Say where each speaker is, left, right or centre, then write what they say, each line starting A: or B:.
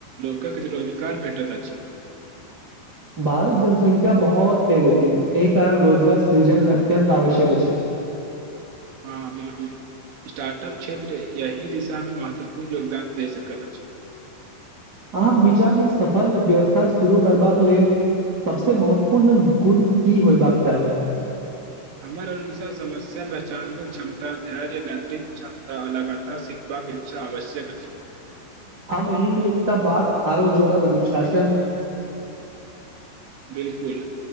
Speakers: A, on the right (about 85°); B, on the right (about 25°).
A: लोकक रोजगार भेटत अछि
B: भारत जनसंख्या बहुत पेघ अछि एहि कारण रोजगार सृजन अत्यन्त आवश्यक अछि
A: हँ बिलकुल स्टारट अप क्षेत्र यह दिशामे महत्वपूर्ण योगदान दे सकैत अछि छै
B: अहाँके विचारमे सफल व्यवसाय शुरू करबाक लेल सभसे महत्वपूर्ण गुण की होयबाक चाही
A: हमर अनुसार समस्या पहचानव क्षमता धैर्य वदृ क्षमता अलगथा सिखबाका इच्छा आवश्यक अछि
B: हम एहिहीमे एकटा बात आरो जोड़ब अनुशासन
A: बिलकुल